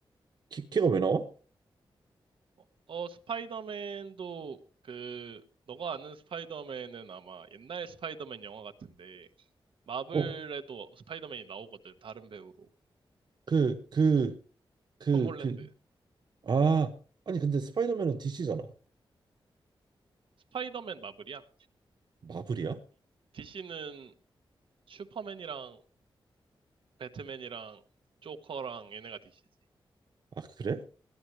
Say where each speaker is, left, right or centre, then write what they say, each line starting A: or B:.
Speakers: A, on the right (about 55°); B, on the right (about 75°).
A: 키, 키가 왜 나와?
B: 어, 어, 스파이더맨도 그, 너가 아는 스파이더맨은 아마 옛날 스파이더맨 영화 같은데, 마블에도
A: 어,
B: 스파이더맨이 나오거든, 다른 배우로.
A: 그 그 그
B: 톰 홀랜드.
A: 그 아 아니 근데 스파이더맨은 DC잖아.
B: 스파이더맨 마블이야.
A: 마블이야?
B: DC, 는 슈퍼맨이랑 배트맨이랑 조커랑 얘네가 DC지.
A: 아 그래?